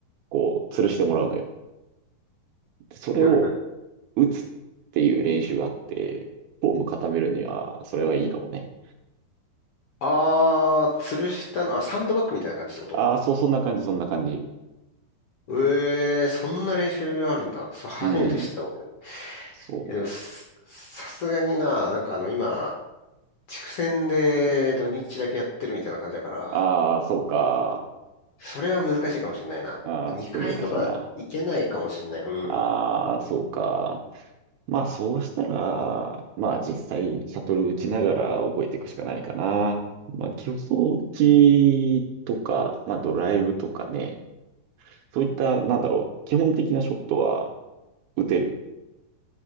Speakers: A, on the right (about 75°); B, on the left (about 70°).
A: こう、吊るしてもらうのよ。でそれを
B: うん。うん。
A: 打つっていう練習があって、フォーム固めるには、それはいいかもね。
B: あー、吊るしたの、あ、サンドバッグみたいな感じってこと
A: ああ、そう、そんな感じ、そんな感じ。
B: ええそんな練習あるんだ。それ初めて知ったことない。
A: うん、そう。
B: いやでもすさすがにな、なんかあの今、地区戦で土日だけやってるみたいな感じだから、
A: ああ、そうか。
B: それは難しいかもしれないな。
A: ああ、
B: 2回とか行けないかもしれない。
A: ちょっと難しいな。
B: うん。
A: ああ、そうか。まあ、そうしたら、まあ、実際、シャトル打ちながら覚えていくしかないかな。まあ、基礎打ちとか、まあ、ドライブとかね、そういった、なんだろう、基本的なショットは打てる。